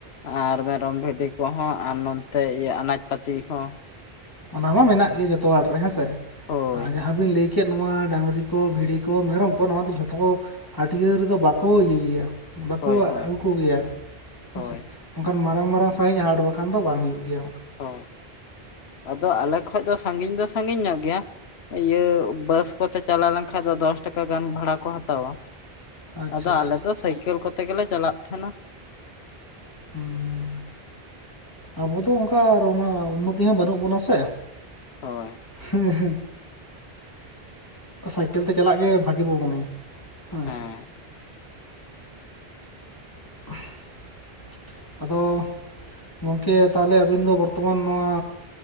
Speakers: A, on the left (about 85°); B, on the left (about 20°).
A: ᱟᱨ ᱢᱮᱨᱚᱢ ᱵᱷᱤᱰᱤ ᱠᱚᱦᱚᱸ ᱟᱨ ᱱᱚᱱᱛᱮ ᱤᱭᱟᱹ ᱟᱱᱟᱡ ᱯᱟᱹᱛᱤ ᱦᱚᱸ᱾
B: ᱚᱱᱟ ᱢᱟ
A: ᱚᱱᱠᱟ
B: ᱢᱮᱱᱟᱜ ᱜᱮᱭᱟ ᱡᱚᱛᱚ ᱦᱟᱴ ᱨᱮ ᱦᱮᱸᱥᱮ
A: ᱦᱳᱭ
B: ᱟᱨ ᱡᱟᱦᱟᱸ ᱵᱤᱱ ᱞᱟᱹᱭ ᱪᱮᱫ ᱱᱚᱣᱟ ᱰᱟᱹᱟᱝᱨᱤ ᱠᱚ ᱵᱷᱤᱰᱤ ᱠᱚ ᱢᱮᱨᱚᱢ ᱠᱚ ᱱᱚᱣᱟ ᱫᱚ ᱡᱷᱚᱛᱚ ᱦᱟᱹᱴᱤᱭᱟᱹ ᱨᱮᱫᱚ ᱵᱟᱠᱚ ᱤᱭᱟᱹᱭᱟ? ᱵᱟᱠᱚ
A: ᱦᱳᱭ ᱦᱳᱭ
B: ᱟᱹᱜᱩ ᱠᱚᱜᱮᱭᱟ? ᱦᱮᱸᱥᱮ
A: ᱦᱳᱭ
B: ᱚᱝᱠᱟᱱ ᱢᱟᱨᱟᱝ ᱢᱟᱨᱟᱝ ᱥᱟᱹᱦᱤᱡ ᱦᱟᱴ ᱵᱟᱠᱷᱟᱱ ᱫᱚ ᱵᱟᱝ ᱦᱩᱭᱩᱜ ᱜᱮᱭᱟ᱾
A: ᱚ ᱟᱫᱚ ᱟᱞᱮ ᱠᱷᱚᱡ ᱫᱚ ᱥᱟᱺᱜᱤᱧ ᱫᱚ ᱥᱟᱺᱜᱤᱧ ᱧᱚᱜ ᱜᱮᱭᱟ᱾ ᱤᱭᱟᱹ ᱵᱟᱥ ᱠᱚᱛᱮ ᱪᱟᱞᱟᱣ ᱞᱮᱱᱠᱟᱱ ᱫᱚ ᱫᱚᱥ ᱴᱟᱠᱟ ᱜᱟᱱ ᱵᱷᱟᱲᱟ ᱠᱚ ᱦᱟᱛᱟᱣᱟ᱾
B: ᱟᱪᱪᱷᱟ
A: ᱟᱫᱚ
B: ᱟᱪᱪᱷᱟ
A: ᱟᱞᱮ ᱫᱚ ᱥᱟᱭᱠᱮᱞ ᱠᱚᱛᱮ ᱜᱮᱞᱮ ᱪᱟᱞᱟᱜ ᱛᱟᱦᱮᱱᱟ᱾
B: ᱦᱩᱸ ᱟᱵᱚ ᱫᱚ ᱚᱝᱠᱟ ᱟᱨ ᱩᱱᱟᱹᱜ ᱩᱱᱱᱚᱛᱤ ᱦᱚᱸ ᱵᱟᱹᱱᱩᱜ ᱵᱚᱱᱟ ᱥᱮ᱾
A: ᱦᱚᱭ
B: ᱦᱮᱸᱜ ᱦᱮᱸ ᱥᱟᱭᱠᱮᱞ ᱛᱮ ᱪᱟᱞᱟᱜ ᱜᱮ ᱵᱷᱟᱜᱤ ᱵᱚ ᱢᱚᱱᱮᱭᱟ᱾ ᱦᱚᱭ
A: ᱦᱮᱸ
B: <unintelligible> ᱟᱫᱚ ᱜᱚᱝᱠᱮ ᱛᱟᱦᱞᱮ ᱟᱹᱵᱤᱱ ᱫᱚ ᱵᱚᱨᱛᱚᱢᱟᱱ ᱱᱚᱣᱟ